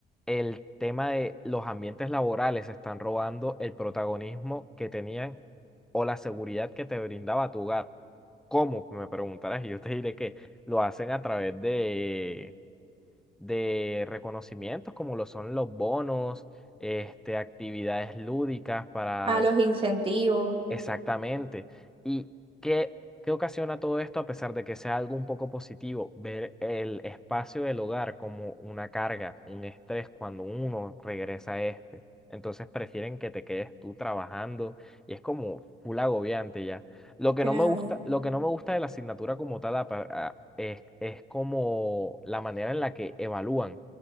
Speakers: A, in the centre; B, on the right.
A: el tema de los ambientes laborales están robando el protagonismo que tenían o la seguridad que te brindaba tu hogar. ¿Cómo? Me preguntarás y yo te diré que lo hacen a través de, de reconocimientos como lo son los bonos, este, actividades lúdicas para
B: a los incentivos.
A: Exactamente. ¿Y qué, qué ocasiona todo esto a pesar de que sea algo un poco positivo? Ver el espacio del hogar como una carga, un estrés cuando uno regresa a este. Entonces prefieren que te quedes tú trabajando y es como full agobiante ya. Lo que
B: Claro.
A: no me gusta, lo que no me gusta de la asignatura como tal apa- a- es, es como la manera en la que evalúan,